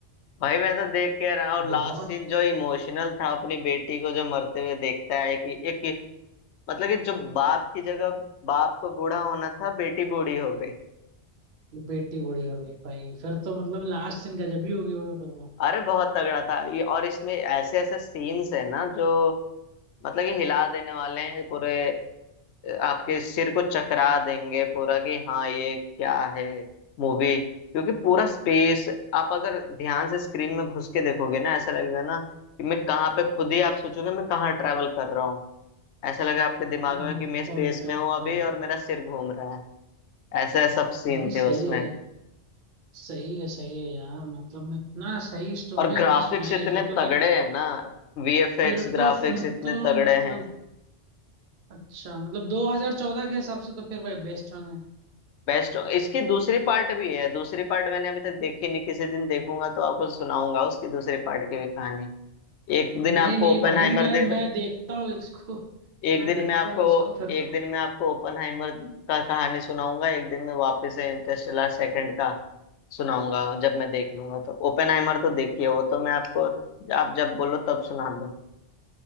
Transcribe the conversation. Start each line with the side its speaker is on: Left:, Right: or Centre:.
Left: भाई मैं तो देख के रहा और
Right: बहुत
Left: लास्ट सीन जो इमोशनल था अपनी बेटी को जो मरते हुए देखता है कि एक मतलब कि जो बाप की जगह बाप को बूढ़ा होना था बेटी बूढ़ी हो गई
Right: बेटी बूढ़ी हो गई भाई फिर तो मतलब लास्ट सीन गजब ही हो गई होगा फिर तो
Left: अरे बहुत तगड़ा था ये और इसमें ऐसे ऐसे सीन्स है ना जो मतलब कि हिला देने वाले हैं पूरे आपके सिर को चकरा देंगे पूरा कि हाँ ये क्या है मूवी क्योंकि पूरा स्पेस आप अगर ध्यान से स्क्रीन में घुस के देखोगे ना ऐसा लगेगा ना कि मैं कहाँ पे खुद ही आप सोचोगे मैं कहाँ ट्रैवल कर रहा हूँ ऐसा लगेगा आपके दिमाग में
Right: बिल्कुल
Left: कि मैं स्पेस
Right: बिल्कुल
Left: में हूँ अभी और मेरा सिर घूम रहा है ऐसे सब सीन
Right: नहीं
Left: थे
Right: सही
Left: उसमें
Right: है सही है सही है यार मतलब इतना सही स्टोरी
Left: और ग्राफिक्स
Right: आपने सुनाई
Left: इतने
Right: है फिर तो
Left: तगड़े
Right: देख
Left: हैं ना वीएफएक्स
Right: फिर
Left: ग्राफिक्स
Right: तो फिर
Left: इतने
Right: तो
Left: तगड़े
Right: मतलब
Left: हैं
Right: अच्छा मतलब 2014 के हिसाब से तो फिर भाई बेस्ट होंगे
Left: बेस्ट इसकी दूसरी पार्ट भी है दूसरी पार्ट मैंने अभी तक देखी नहीं किसी दिन देखूंगा तो आपको सुनाऊंगा उसकी दूसरी पार्ट की भी कहानी एक
Right: नहीं
Left: दिन आपको
Right: नहीं
Left: ओपेनहाइमर
Right: भाई मैं
Left: देख
Right: मैं देखता हूँ इसको
Left: एक
Right: मैं
Left: दिन
Right: देखता
Left: में आपको
Right: हूँ इसको फिर
Left: एक
Right: तो
Left: दिन में आपको ओपेनहाइमर का कहानी सुनाऊंगा एक दिन में वापस से इंटरस्टेलर सेकंड का सुनाऊंगा जब मैं देख लूंगा तो ओपेनहाइमर तो देखिए वो तो मैं आपको आप जब बोलो तब सुना दो